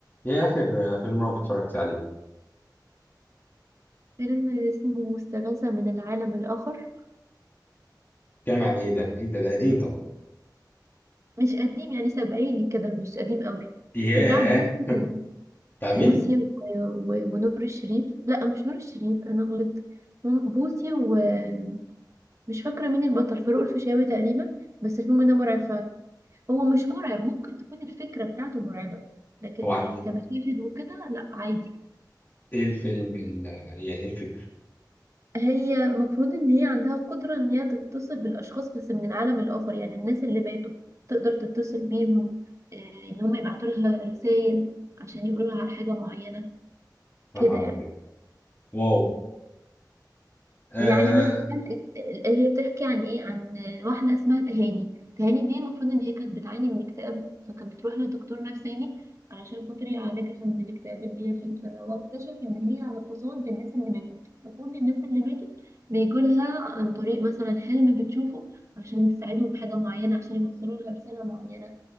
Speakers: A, on the left; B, on the right.
A: ايه اخر فيلم رعب اتفرجت عليه
B: فيلم اسمه استغاثة من العالم الآخر
A: اتكلم عن ايه ده ايه ده ده قديم طبعا
B: مش قديم يعني سبعيني كده مش قديم قوي
A: ياه
B: بتاع بوسي
A: بتاع مين
B: بوسي و... و... ونور الشريف لا مش نور الشريف أنا غلطت هم- بوسي ومش فاكرة مين البطل فاروق الفيشاوي تقريبا بس الفيلم ده مرعب فعلا هو مش مرعب ممكن تكون الفكرة بتاعته مرعبة لكن
A: هو عن ايه
B: كمشاهد وكده لا عادي
A: ايه الفيلم ال... يعني ايه الفكرة
B: هي المفروض ان هي عندها قدرة ان هي تتصل بالاشخاص بس من العالم الاخر يعني الناس اللي ماتوا تقدر تتصل بيهم آه، ان هم يبعتوا لها رسائل عشان يقولوا لها على حاجة معينة
A: يا
B: كده
A: نهار
B: يعني
A: ابيض واو آه
B: يعني مثلا هي بتحكي عن ايه عن واحده اسمها تهاني تهاني دي المفروض ان هي كانت بتعاني من اكتئاب فكانت بتروح لدكتور نفساني علشان خاطر يعالجها من الاكتئاب اللي هي فيه واكتشف ان هي على اتصال بالناس اللي ماتت فكل الناس اللي ماتت بيجولها عن طريق مثلا حلم بتشوفه عشان تساعدهم بحاجه معينه عشان يوصلوا لها رساله معينه